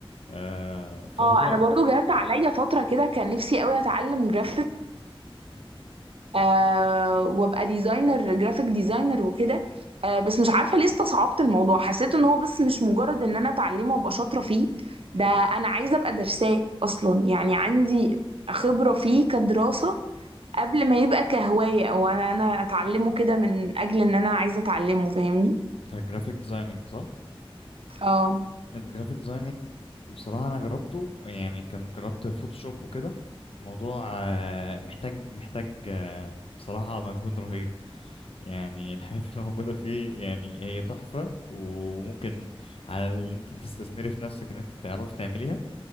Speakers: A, on the left; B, on the right.
A: آه فهو
B: اه انا برضو جات عليا فتره كده كان نفسي قوي اتعلم جرافيك آه وابقى ديزاينر جرافيك ديزاينر وكده آه بس مش عارفه ليه استصعبت الموضوع حسيت ان هو بس مش مجرد ان انا اتعلمه وابقى شاطره فيه
A: مم.
B: ده انا عايزه ابقى درساه اصلا يعني عندي خبره فيه كدراسه قبل ما يبقى كهوايه او انا أنا اتعلمه كده من اجل ان انا عايزه اتعلمه فاهمني
A: ده جرافيك ديزايننج صح
B: اه
A: الجرافيك ديزايننج بصراحة انا جربته يعني كان جربت فوتوشوب وكده الموضوع آه، محتاج محتاج آه، بصراحة مجهود رهيب يعني <laughs> الحاجات اللي موجودة فيه يعني هي تحفة وممكن على ان انت تستثمري في نفسك ان انت تعرف تعمليها